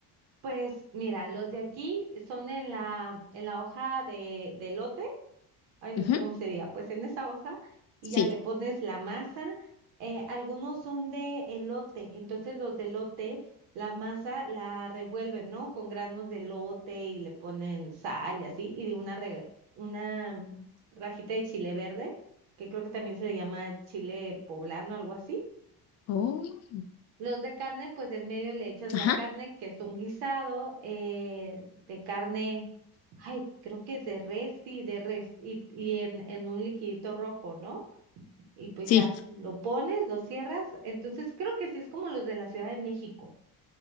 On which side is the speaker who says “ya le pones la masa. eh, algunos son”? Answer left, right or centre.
Right